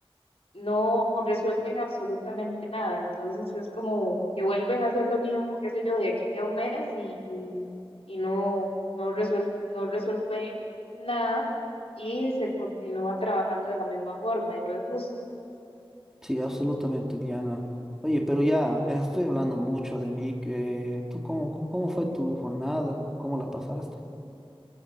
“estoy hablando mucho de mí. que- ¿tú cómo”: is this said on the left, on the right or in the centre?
Centre